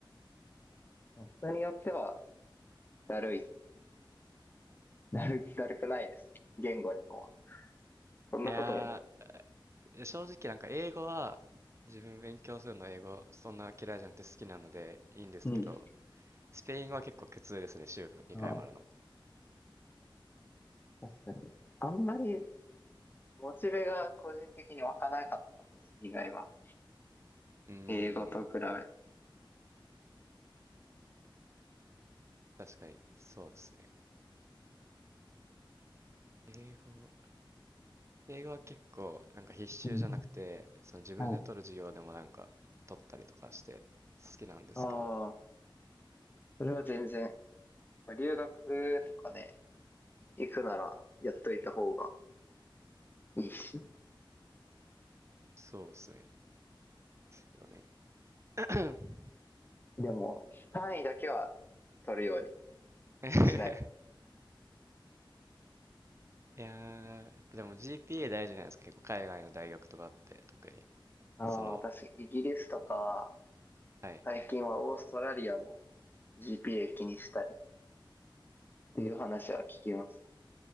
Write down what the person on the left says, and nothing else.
まあ人によってはだるいなる、だるくないです。言語にこう。そんなこともない。
うん。
ああ、確かに。あんまり、モチベが個人的に湧かなかったんです、意外は。
英語と比べて。
うん。
はい。ああ、それは全然。留学とかね、行くならやっといた方がいいし。
でも、単位だけは取るように
しない。
ああ、
確かに、イギリスとか、
最近はオーストラリアも GPA 気にしたりっていう話は聞きます。